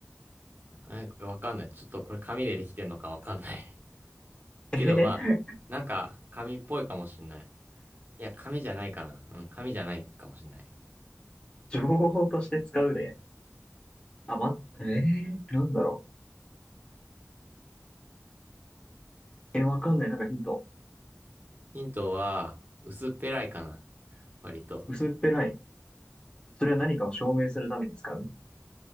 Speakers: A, on the right (about 40°); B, on the left (about 20°).
A: はいわかんない。ちょっとこれ紙でできてんのかわかんない。<laughs>
B: <laughs>
A: けどまあ、
B: えへへ
A: なんか紙っぽいかもしんない。いや、紙じゃないかな。うん、紙じゃないかもしんない。
B: 情報として使うで。あ、ま、えー、なんだろう。え、わかんない。なんかヒント。
A: ヒントは、薄っぺらいかな。割と。
B: 薄っぺらい。それは何かを証明するために使う